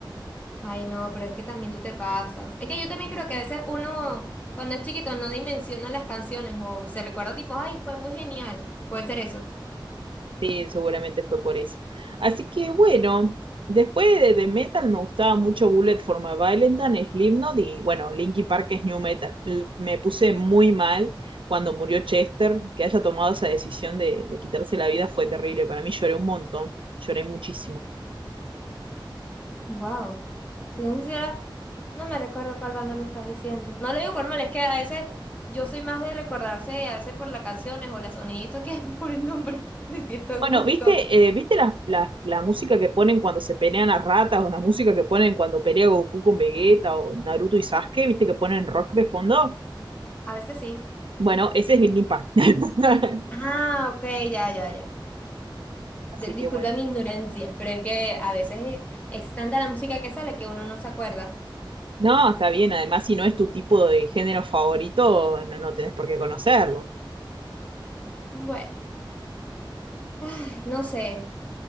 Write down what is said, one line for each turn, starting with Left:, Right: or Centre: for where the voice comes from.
Left: Ay, no, pero es que también tú te pasas. Es que yo también creo que a veces uno, cuando es chiquito, no dimensiona las canciones o se recuerda tipo, ay, fue muy genial. Puede ser eso.
Right: Sí, seguramente fue por eso. Así que bueno, después de, de Metal me gustaba mucho Bullet for My Valentine, Slipknot y bueno, Linkin Park es New Metal. L- Me puse muy mal cuando murió Chester, que haya tomado esa decisión de, de quitarse la vida fue terrible. Para mí lloré un montón, lloré muchísimo.
Left: Wow. Si soy sincera, no me recuerdo cuál banda me estás diciendo. No lo digo por mal, es que a veces yo soy más de recordarse, a veces por las canciones o los soniditos que <laughs> por el nombre de cierta
Right: Bueno,
Left: música.
Right: ¿viste, eh, ¿viste la, la, la música que ponen cuando se pelean a ratas o la música que ponen cuando pelea Goku con Vegeta o Naruto y Sasuke? ¿Viste que ponen rock de fondo?
Left: A veces sí.
Right: Bueno, ese es Linkin Park. <laughs>
Left: Ah, ok, ya, ya, ya.
Right: Así
Left: De- disculpa
Right: que bueno.
Left: mi ignorancia, pero es que a veces es, es tanta la música que sale que uno no se acuerda.
Right: No, está bien. Además, si no es tu tipo de género favorito, no, no tenés por qué conocerlo.
Left: Bueno, ay, no sé.